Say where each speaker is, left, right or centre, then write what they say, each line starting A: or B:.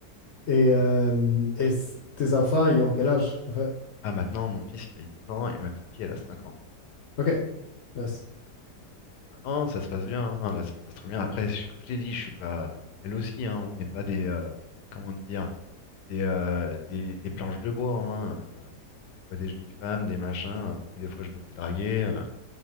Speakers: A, on the left (about 55°); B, on the left (about 80°).
A: Et, euh, et c- tes enfants, ils ont quel âge, en fait?
B: Ah, maintenant, mon fils, il a 8 ans et ma petite fille, elle a 5 ans.
A: OK. Nice.
B: Donc, euh, non, ça se passe bien. hein, là, ça se passe très bien. Après, je- comme je t'ai dit, je suis pas. Elle aussi, hein, on n'est pas des. euh, comment dire? Des, euh, des, des planches de bois. Hein, euh, je vois des jolies femmes, des machins. euh, Puis des fois, je me fais draguer. euh,